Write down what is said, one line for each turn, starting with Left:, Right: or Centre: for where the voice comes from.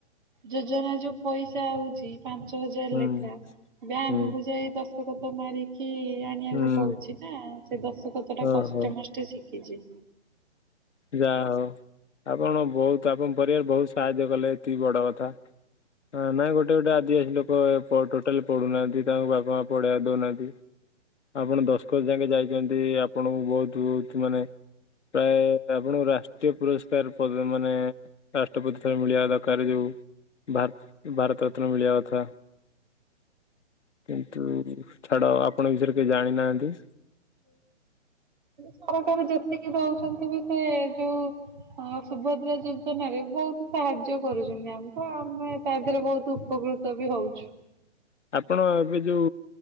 Right: ଯୋଜନା ଯୋଉ ପଇସା ହଉଛି। ପାଞ୍ଚ ହଜାରେ
Left: ହୁଁ
Right: ଲେଖା ବ୍ୟାଙ୍କ
Left: ହୁଁ
Right: କୁ ଯାଇ ଦଶକତ ମାରି କି ଆଣିବାକୁ
Left: ହୁଁ
Right: ପଡୁଛି ନା ସେ ଦଶକତ ଟା
Left: ଓହୋ।
Right: କଷ୍ଟେ ମଷ୍ଟେ ଶିଖିଛି।
Left: ଯାହା ହଉ ଆପଣ ବହୁତ ଆପଣ ପରିବାର ବହୁତ ସାହାଯ୍ୟ କଲେ ଏତିକି ବଡ କଥା। ହଁ ନାଇଁ ଗୋଟେ ଗୋଟେ ଆଦିବାସୀ ଲୋକ ଟୋଟାଲ ପଡୁ ନାହାନ୍ତି ତାଙ୍କୁ ବାପା ମା ପଢେଇବାକୁ ଦେଉନାହାନ୍ତି। ଆପଣ ଦଶକତ ଯାକେ ଯାଇଛନ୍ତି ଆପଣଙ୍କୁ ବହୁତହୁତ ମାନେ ପ୍ରାୟ ଆପଣଙ୍କୁ ରାଷ୍ଟ୍ରୀୟ ପୁରସ୍କାର ମାନେ ରାଷ୍ଟ୍ରପତି ଥରେ ମିଳିବା ଦରକାର ଯୋଉ ଭାରତ ଭାରତ ରତ୍ନ ମିିଳିବା କଥା। କିନ୍ତୁ ଛାଡ ଆପଣଙ୍କ ବିଷୟରେ କେହି ଜାଣି ନାହାନ୍ତି।
Right: ସରକାର ଯେତିକି ଦଉଛନ୍ତି ବି ସେ ଯୋଉ ହଁ ସୁଭଦ୍ରା ଯୋଜନାରେ ବହୁତ ସାହାଯ୍ୟ କରୁଛନ୍ତି ଆମକୁ ଆମେ ତା ଦେହରେ ବହୁତ ଉପକୃତ ବି ହଉଛି।
Left: ଆପଣ ଏବେ ଯୋଉ